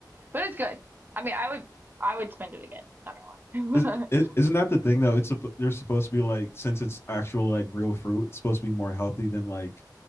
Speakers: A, on the right; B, on the left.
A: but it's good. I mean, I would, I would spend it again. Not gonna lie,
B: Is, i-
A: <laughs> but
B: isn't that the thing though? It's supp- they're supposed to be like since it's actual like real fruit, it's supposed to be more healthy than like